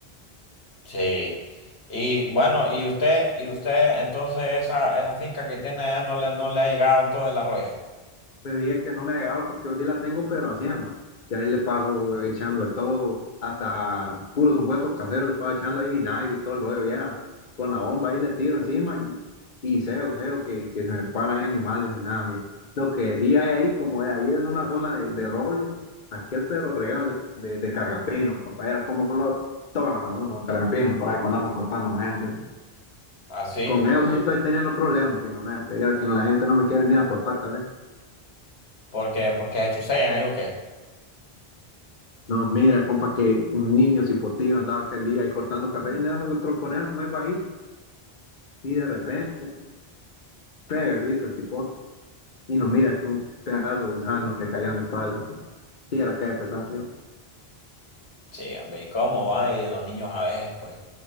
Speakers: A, on the left; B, on the left.
A: Sí. Y bueno, y usted, y usted, entonces esa, esa finca que tiene allá no le, no le ha llegado entonces la roya.
B: le dije que no me agregaba porque yo sí la tengo, pero así, ma. Y ahí le paso echando de todo, hasta puros ungüentos caseros, le paso echando ahí vinagre y todo el rollo, y era con la bomba ahí le tiro encima y, y cero, cero, que, que se me paran ahí animales y nada. y Lo que sí hay ahí, como ahí es una zona de, de roble, aquel Pedro Regazo de, de cargapino, compañera, como lo toman a uno, cargapino, por ahí cuando andan cortando a la gente. ¿no?
A: Así,
B: Con ellos sí estoy teniendo problemas últimamente, ya que la gente no me quiere ni a cortar café.
A: porque, porque se chusean ahí o qué.
B: No, mira, compa, que un niño se hipotiva andaba aquel día ahí cortando café en esa tronconera como es bajito y de repente pega el grito el cipote y nos mira que un pedazo de gusano le cayó en la espalda, compa. Y era que de pesar, tío.
A: Sí, hombre, ¿y cómo va? Y los niños a veces, pues.